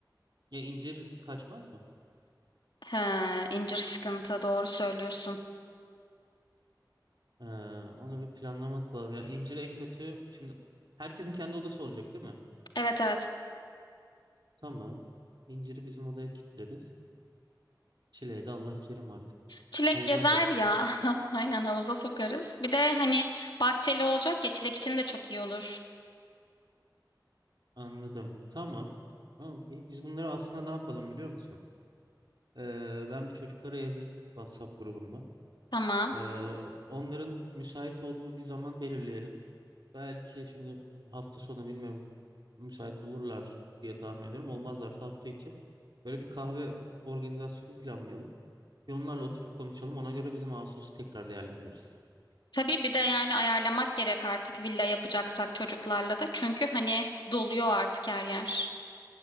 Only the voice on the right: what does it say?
Ya incir kaçmaz mı?
Ee, onu bir planlamak lazım. Ya incir en kötü şimdi herkesin kendi odası olacak değil mi?
Tamam. İnciri bizim odaya kilitleriz. Çileği de Allah kerim artık.
Havuza
atarız.
Anladım. Tamam. Okey. Biz bunları aslında ne yapalım biliyor musun? Ee, ben bir çocuklara yazayım WhatsApp grubunda.
Ee, onların müsait olduğu bir zaman belirleyelim. Belki şimdi hafta sonu bilmiyorum müsait olurlar diye tahmin ediyorum. Olmazlarsa hafta içi böyle bir kahve organizasyonu planlayalım. Ve onlarla oturup konuşalım. Ona göre bizim Ağustos'u tekrar değerlendiririz.